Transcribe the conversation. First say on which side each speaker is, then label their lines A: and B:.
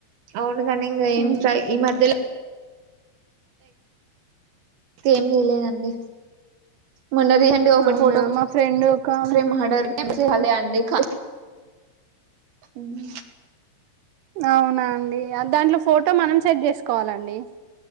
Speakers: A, on the right; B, on the right.
A: అవు కాని ఇంగ ఏం
B: హ్మ్.
A: ట్రై ఈ మధ్యలో ఏం చేయలేదండి మొన్న రీసెంట్ గా ఒకటి
B: అవునా
A: ఫోటో
B: మా ఫ్రెండ్ ఒక ఆమె
A: ఫ్రేమ్ ఆర్డర్ చే అండి కా మ్మ్
B: అవునా అండి ఆ దాంట్లో ఫోటో మనం సెట్ చేసు కోలండి